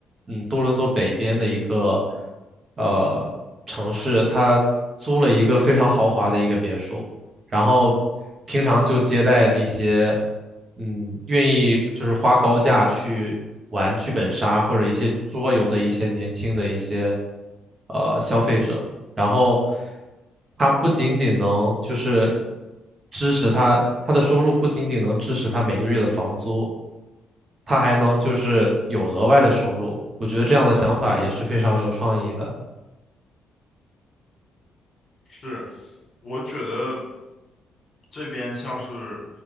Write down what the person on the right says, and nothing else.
嗯多伦多北边的一个呃城市，他租了一个非常豪华的一个别墅，然后平常就接待那些嗯愿意就是花高价去玩剧本杀或者一些桌游的一些年轻的一些呃消费者，然后他不仅仅能就是支持他他的收入不仅仅能支持他每个月的房租，他还能就是有额外的收入，我觉得这样的想法也是非常有创意的。